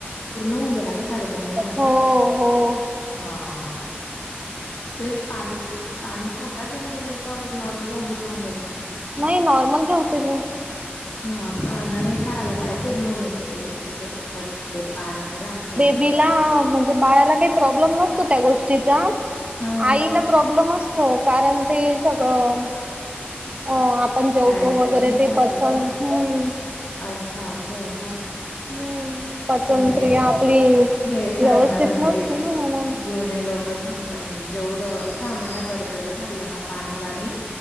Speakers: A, on the left (about 60°); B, on the right (about 30°).
A: पूर्ण होऊन गेला का साडेतीन महिन्याचा?
B: हो हो
A: हां तेच पाणी पिऊन पाणी खा खाता नाय मग का आपली नॉर्मल भाजी खाऊन घेेता?
B: नाही नॉर्मल जेवते मी
A: हा का नाही खायला पाहिजेल म्हणे ते अस बट ते पाणी राहतं ना
B: तीला म्हणजे बाळाला काय प्रॉब्लेम नसतो त्या गोष्टीचा
A: हा
B: आईला प्रॉब्लेम अस तो कारण ते सगळं हो आपण जेवतो
A: डायजेशन
B: वगैरे ते
A: साठी
B: पचन
A: का?
B: हम्म
A: अच्छा असंय का
B: हम्म पचनक्रिया
A: नाही
B: आपली
A: हे सांगता
B: व्यवस्थित
A: म्हणजे
B: नसते ना म्हणून.
A: जुने लोकं सांगता म्हणजे जेवढं सहा महिन्यापर्यंतचं खाल्लं ना पाणी पाणी